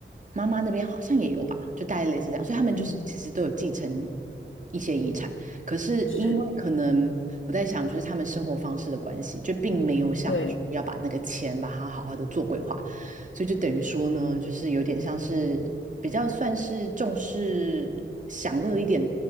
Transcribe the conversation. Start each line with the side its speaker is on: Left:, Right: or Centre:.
Right: 妈妈那边好像也有吧，就大概类似这样，所以他们就是其实都有继承
Left: 嗯，
Right: 一些遗产，可是因为可能我在想，
Left: 是，
Right: 就是他们生活方式的关系，就并没有想说要把那个钱把它好好的做规划，
Left: 对，
Right: 所以就等于说呢，就是有点像是比较算是重视享乐一点